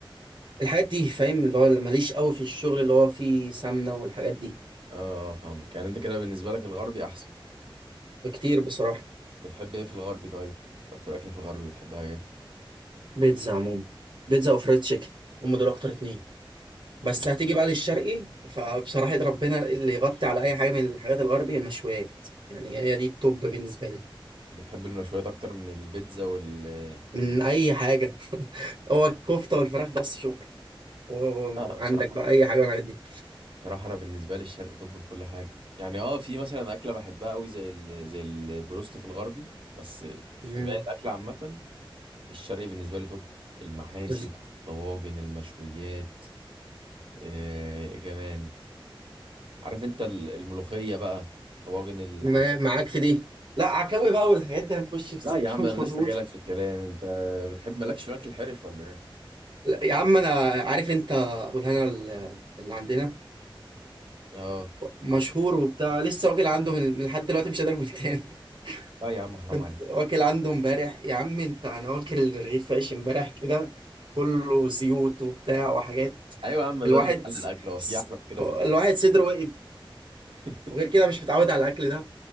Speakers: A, on the right; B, on the right.
A: الحاجات دي فاهم اللي هو اللي ماليش قوي في الشغل اللي هو فيه سمنه والحاجات دي
B: اه فاهمك يعني انت كده بالنسبه لك الغربي احسن
A: بكتير بصراحه
B: بتحب ايه في الغربي طيب اكتر اكل في الغربي بتحبها ايه
A: بيتزا عموما بيتزا وفريد تشيكن هم دول اكتر اتنين بس
B: ال-
A: هتيجي بقى للشرقي فبصراحه يد ربنا اللي يغطي على اي حاجه من الحاجات الغربي المشويات يعني هي دي التوب بالنسبه لي
B: بتحب المشويات اكتر من البيتزا وال
A: من
B: والبر-
A: اي حاجه <laughs> هو الكفته والفراخ بس شكرا وعندك
B: اه بصراحه
A: بقى اي حاجه من الحاجات دي
B: صراحة أنا بالنسبة لي الشرق طب في كل حاجة يعني أه في مثلا أكلة بحبها أوي زي ال... زي البروست في الغربي بس في
A: مم.
B: باقي الأكل عامة الشرقي بالنسبة لي طب المحاشي
A: بس-
B: بقى الطواجن المشويات آه، إيه كمان عارف أنت ال- الملوخية بقى طواجن العكاوي
A: ما معاك في دي لا عكاوي بقى والحاجات دي هنخش في سكه
B: لا يا عم
A: مش
B: أنا
A: مظبوطه
B: لسه جايلك في الكلام أنت بتحب مالكش في الأكل الحرش ولا إيه؟
A: لا، يا عم انا عارف انت ابو الهنا ال- اللي عندنا
B: أه
A: مشهور
B: عارف.
A: وبتاع لسه واكل عنده من من لحد دلوقتي مش قادر اقول تاني
B: لا يا عم
A: <laughs>
B: حرام
A: كنت
B: عليك
A: واكل عنده امبارح يا عم انت انا واكل رغيف عيش امبارح كده كله زيوت وبتاع وحاجات
B: أيوة يا عم ده
A: الواحد
B: اللي حل
A: س...
B: الأكل هو
A: س...
B: في أحلى من كده
A: الواحد
B: في الأكل
A: صدره وقف
B: <laughs>
A: وغير كده مش متعود على الاكل ده